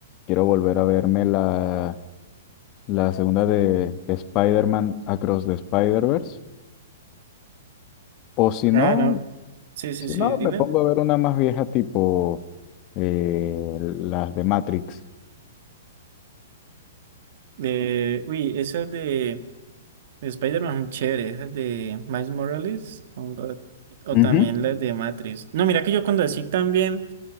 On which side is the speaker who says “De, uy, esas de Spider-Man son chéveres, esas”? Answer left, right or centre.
Right